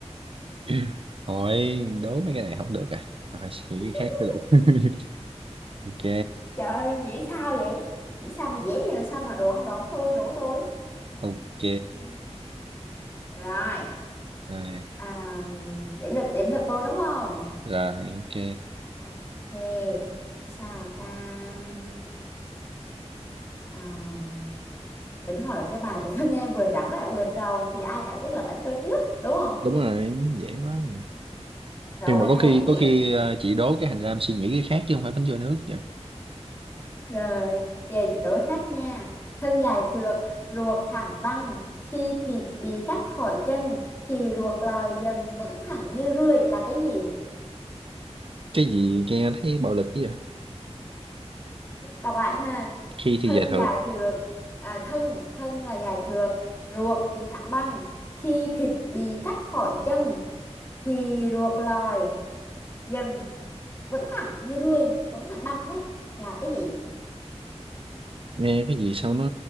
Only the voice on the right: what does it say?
<clears throat> hỏi đố mấy cái này không được à hỏi suy nghĩ
cái khác mới được <laughs> ok
ok
rồi
rồi ok
đúng rồi dễ quá rồi
nhưng
mà có
khi
có khi
ờ, chị đố cái hành ra em suy nghĩ cái khác chứ không phải bánh trôi nước vậy
cái gì nghe thấy bạo lực chứ vậy?
khi
thì dài thượt
nghe cái gì sao nó